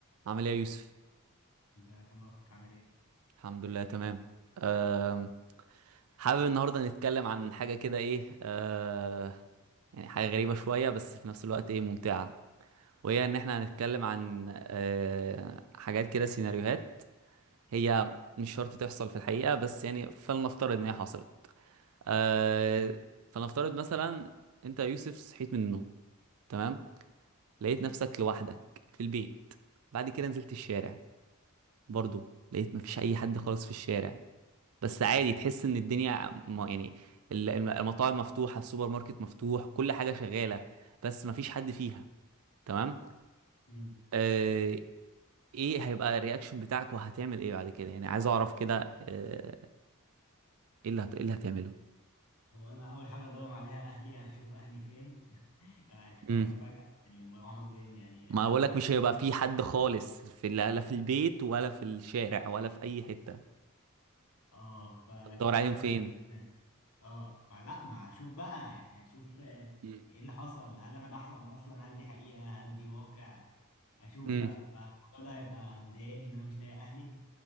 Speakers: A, on the right; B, on the left.
A: عامل ايه يا يوسف
B: ازيك يا مبروك عامل ايه؟
A: الحمد لله تمام أم، حابب النهارده نتكلم عن حاجه كده ايه أه يعني حاجه غريبه شويه بس في نفس الوقت ايه ممتعه وهي ان احنا هنتكلم عن أه حاجات كده سيناريوهات هي مش شرط تحصل في الحقيقه بس يعني فلنفترض ان هي حصلت أه فلنفترض مثلا انت يا يوسف صحيت من النوم تمام لقيت
B: ماشي
A: نفسك لوحدك في البيت بعد كده نزلت الشارع برضو لقيت مفيش اي حد خالص في الشارع بس عادي تحس ان الدنيا م- يعني ال- الم- المطاعم مفتوحه السوبر ماركت مفتوح كل حاجه شغاله بس مفيش حد فيها تمام
B: مم.
A: آه ايه هيبقى الرياكشن بتاعك وهتعمل ايه بعد كده يعني عايز اعرف كده آه، ايه اللي هت... ايه اللي هتعمله
B: هو انا اول حاجه ادور عليها اهلي انا اشوف اهلي فين <laughs> يعني اختفوا
A: امم
B: فجاه يعني هم راحوا فين يعني
A: ما
B: هل
A: بقول
B: الناس
A: لك مش هيبقى في حد خالص في لا لا في البيت ولا في الشارع ولا في اي حته
B: اه فكده
A: تدور عليهم
B: مثلا
A: فين
B: اه ما لا ما اشوف بقى يعني اشوف آه،
A: امم
B: ايه اللي حصل هل انا بحلم اصلا هل دي حقيقه هل دي واقع اشوف
A: امم
B: بقى فالموضوع ده هيبقى مضايقني ان انا مش لاقي اهلي